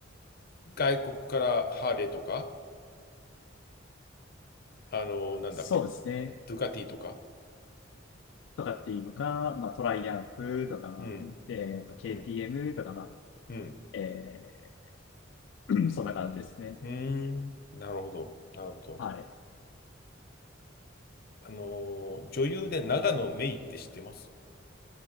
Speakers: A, on the left; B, on the left.
A: 外国からハーレーとか、あの、なんだっけ、
B: そうですね。
A: ドゥカティとか。
B: とかっていうか、まあ、トライアンフとか、
A: うん、
B: えっと、KTM
A: うん、
B: とか、まあ、
A: うん、
B: えー <clears throat> そんな感じですね。
A: うーん、なるほど、なるほど。
B: はい。
A: あのー、女優で長野メイって知ってます